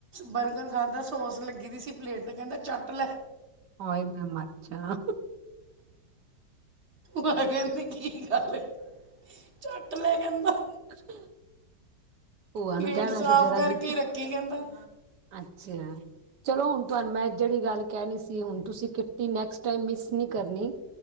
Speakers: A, on the right; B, on the right.
A: ਬਰਗਰ ਖਾਧਾ, ਸੋਸ ਲੱਗੀ ਦੀ ਸੀ ਪਲੇਟ ਤੇ, ਕਹਿੰਦਾ ਚੱਟ ਲੈ।
B: ਹਾਏ ਮੈਂ ਮਰਜਾ।
A: ਮੈਂ ਕਹਿੰਦੀ ਕੀ ਗੱਲ ਐ, ਚੱਟ ਲੈ ਕਹਿੰਦਾ।
B: <unintelligible> ਭੂਆ
A: ਪਲੇਟ
B: ਨੂੰ ਕਹਿਣਾ
A: ਸਾਫ
B: ਸੀ ਜਰਾ
A: ਕਰਕੇ
B: ਜੀ
A: ਰੱਖੀ ਕਹਿੰਦਾ।
B: ਅੱਛਾ ਚਲੋ ਹੁਣ ਤੁਹਾਨੂੰ ਮੈਂ ਜਿਹੜੀ ਗੱਲ ਕਹਿਣੀ ਸੀ, ਹੁਣ ਤੁਸੀਂ ਕਿੱਟੀ ਨੈਕਸਟ ਟਾਈਮ ਮਿਸ ਨੀ ਕਰਨੀ।